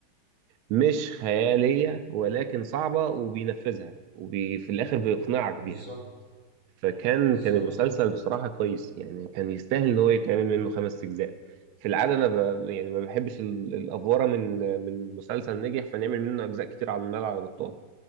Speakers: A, on the right; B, on the right.
A: مش خيالية ولكن صعبة وبينفذها وفي الآخر بيقنعك
B: بالظبط
A: بيها فكان
B: بالظبط
A: كان المسلسل
B: اه
A: بصراحة كويس يعني كان يستاهل إن هو يتعمل منه خمس أجزاء في العادة أنا ب... يعني ما بحبش ال- الأفورة من من مسلسل نجح فنعمل منه أجزاء كتير على الملعب على بطال